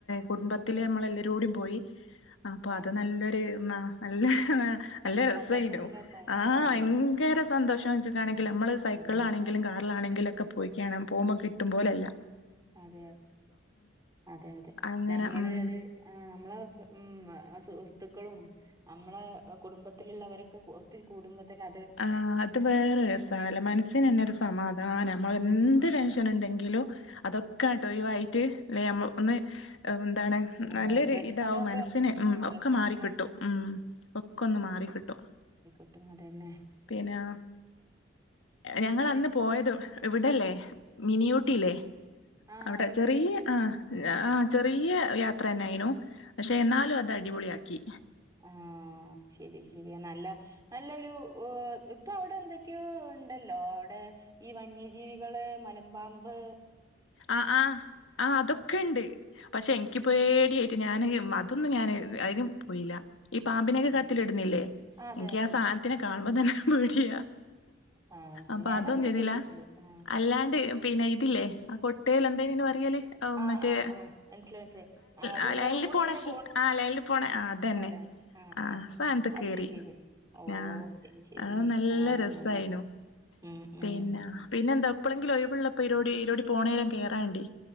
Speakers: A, on the left; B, on the right.
A: കുടുംബത്തില്ലെ നമ്മളെ <inaudible> ലരോടി പോയി അപ്പൊ അത്
B: ആഹ്
A: നല്ലൊരു നല്ല ഹ നല്ല
B: ആഹ്
A: രെസയിനു
B: സന്തോഷത്തിലൊക്കായി
A: ആ
B: ഓഹ്
A: ഭയങ്കര
B: അത് ശരി
A: സന്തോഷം വെച്ചിട്ടാണെങ്കിൽ
B: ഉം
A: നമ്മൾ സൈക്കിളാണെ
B: നമ്മളെ
A: <unintelligible> കാറിലണെങ്കിലൊക്കെ പോയിക്കണേ പോവുമ്പോ കിട്ടുമ്പോലെല്ല
B: അതെ അതെ അതെ അതെ
A: അങ്ങനെ
B: നമ്മൾ
A: ഉം
B: അത് ആ നമ്മളെ ഉം സുഹൃത്തുക്കളും നമ്മളെ കുടുംബത്തിലുള്ളവരൊക്കെ ഒത്തിരി കൂടുമ്പോ തെന്ന
A: ആ അത് വേറെ രസാല്ലെ മനസ്സിന് തന്നെ
B: ഉം
A: ഒരു സമാധാനം നമ്മൾ എന്ത്
B: ഉം
A: ടെൻഷൻ ഉണ്ടെങ്കി ങ്കിലും അതൊക്കെ അങ്ങട്ട് ഒഴിവായിട്ട് ല്ലെ നമ്മ ഒന്ന് ന്താണ്
B: നമ്മളെ
A: നല്ലൊരു
B: വിഷമങ്ങളൊക്കെ
A: ഇതാവും മനസ്സിന് ഉം
B: ആഹ്
A: ഒക്കെ
B: വിഷമങ്ങളൊക്കെ
A: മാറിക്കിട്ടും ഉം ഒക്കൊന്ന് മാറിക്കിട്ടും
B: <unintelligible> അതന്നെ
A: പിന്നെ ഞങ്ങൾ
B: നി
A: അന്ന് പോയത് വിടല്ലേ മിനിയൂട്ടില്ലേ
B: ആ
A: അവിടെ
B: അത്
A: ചെറിയ
B: ശരി.
A: ആ ആ ചെറിയ യാത്രന്നൊയിനു പക്ഷെ എന്നാലും അത് അടിപൊളിയാക്കി
B: ആ ആ ശരി ശരി നല്ല നല്ലൊരുപ്പൊ അവിടെ എന്തൊക്കെയോ ഉണ്ടല്ലോ അവിടെ <unintelligible> ഈ വന്യജീവികൾ മലപമ്പ്
A: ആ ആ ആ അതൊക്കെണ്ട് പക്ഷെ എനിക്ക് പേടിയായിട്ട് ഞാൻ അതൊന്നും ഞാൻ അയിനും പോയില്ല ഈ പാമ്പിനൊക്കെ
B: ആ
A: കൈത്തിൽ ഇടുന്നില്ലേ
B: അതെ
A: എനിക്ക്
B: അതെ
A: ആ സന്നാത്തിനെ
B: അതെ.
A: കാണുമ്പോ തന്നെ പേടിയ
B: ആ
A: അപ്പോ
B: ഞാനതൊക്കെ
A: അതൊന്നും ചെയ്തില്ല
B: ചെയ്തിട്ടുണ്ട്. ആ
A: അല്ലാണ്ട് പിന്നെ ഇതില്ലേ ആ കോട്ടേൽ എന്തേന്ന് അയിന് പറയൽ ഓ
B: ആ
A: മറ്റേ
B: ആ ആ മനസ്സിലായി മനസ്സിലായി. അത്
A: ആ ലൈൻൽ
B: മോൾ കൂടെ
A: പോണേ
B: ഇങ്ങനെ
A: ആ ലൈൻൽ പോണേ ആ അതന്നെ
B: അതെ അതെ ആഹ്
A: ഹാ
B: ആഹ്
A: സാനത്ത്
B: അതൊക്കെ
A: കേറി
B: ചെയ്തേ ഓ
A: ആ
B: ശരി ശരി
A: അത് നല്ല
B: ആഹ്
A: രസായിന്നു
B: നന്നായി ഉം ഉം
A: പിന്നെ പിന്നെ എന്താ ഇപ്പഴെങ്കിലും ഒഴിവുള്ളപ്പോ ഇരോടി ഇരോടി പോണേരം കേറേണ്ടി